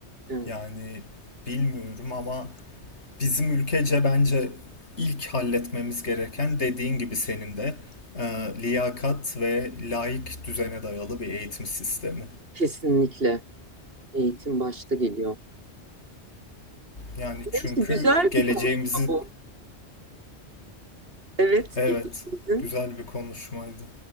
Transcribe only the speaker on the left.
Yani bilmiyorum ama bizim ülkece bence ilk halletmemiz gereken dediğin gibi senin de e, liyakat ve laik düzene dayalı bir eğitim sistemi.
Yani
çünkü
geleceğimizi
evet
güzel bir konuşmaydı.